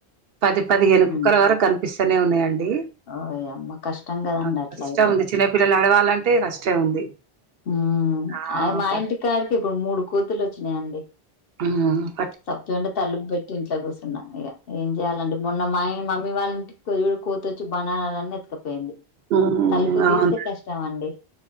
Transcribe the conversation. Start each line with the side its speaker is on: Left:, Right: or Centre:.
Right: పది పదిహేను
Left: హ్మ్.
Right: కుక్కల వరకు కనిపిస్తూనే ఉన్నాయండి.
Left: ఓయమ్మ! కష్టం గదండీ
Right: నా
Left: అట్లయితే.
Right: కష్టం ఉంది చిన్నపిల్లలు నడవాలంటే కష్టం ఉంది.
Left: ఉమ్
Right: ఆ
Left: అదే మా
Right: పట్
Left: ఇంటికాడికి ఇప్పుడు మూడు కోతులు వచ్చినాయండి.
Right: ఉమ్ అవునా.
Left: సప్పే చేయకుండా తలుపులు పెట్టి ఇంట్లా కూర్చున్నా ఇగ. ఏం చెయాలండి మొన్న మా ఇం మమ్మీ వాళ్ళింటికి కోతొచ్చి బనానాలన్నీ ఎతుకపో. పోయింది
Right: హ్మ్.
Left: తలుపు తీస్తే
Right: అవును.
Left: కష్టం అండి.